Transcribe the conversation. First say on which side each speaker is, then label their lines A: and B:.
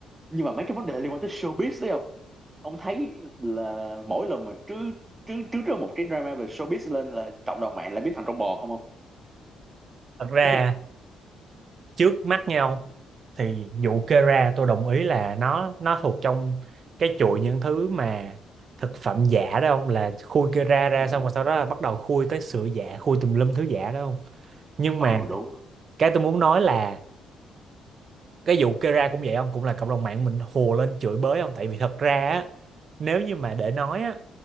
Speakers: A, on the right (about 20°); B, on the right (about 50°).
A: nhưng mà mấy cái vấn đề liên quan tới showbiz đấy không ông thấy là mỗi lần mà trứ trứ trứ ra một cái drama về showbiz lên là cộng đồng mạng lại biến thành con bò không không
B: thật ra
A: <laughs>
B: trước mắt nhau thì vụ kê ra tôi đồng ý là nó nó thuộc trong cái chuỗi những thứ mà thực phẩm giả đó không là khui kê ra ra
A: ừ
B: xong rồi sau đó là bắt đầu khui tới sữa giả khui tùm lum thứ giả đó không nhưng
A: Ờ,
B: mà
A: đúng
B: cái tôi muốn nói là cái vụ Kera cũng vậy không cũng là cộng đồng mạng mình hùa lên chửi bới không tại vì thật ra á, nếu như mà để nói á